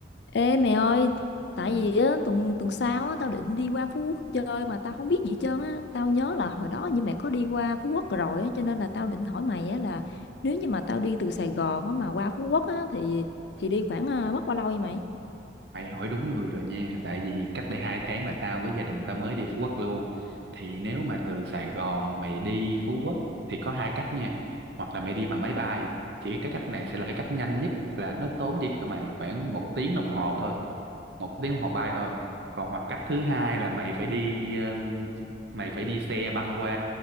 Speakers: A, on the left; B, on the right.
A: Ê mẹ ơi, tại vì á, tuần tuần sau á, tao định đi qua Phú Quốc chơi mà tao không biết gì hết trơn á. Tao nhớ là hồi đó như mẹ có đi qua Phú Quốc rồi á, cho nên là tao định hỏi mày á là nếu như mà tao đi từ Sài Gòn á, mà qua Phú Quốc á, thì thì đi khoảng à, mất bao lâu vậy mày?
B: Mày hỏi đúng người rồi nha, tại vì cách đây hai tháng là tao với gia đình tao mới đi Phú Quốc luôn. Thì nếu mà từ Sài Gòn mày đi Phú Quốc thì có hai cách nha, hoặc là mày đi bằng máy bay, thì cái cách này sẽ là cái cách nhanh nhất là nó tốn chỉ cho mày khoảng một tiếng đồng hồ thôi, một tiếng đồng hồ bay thôi. Còn hoặc cách thứ hai là mày phải đi ờ, mày phải đi xe băng qua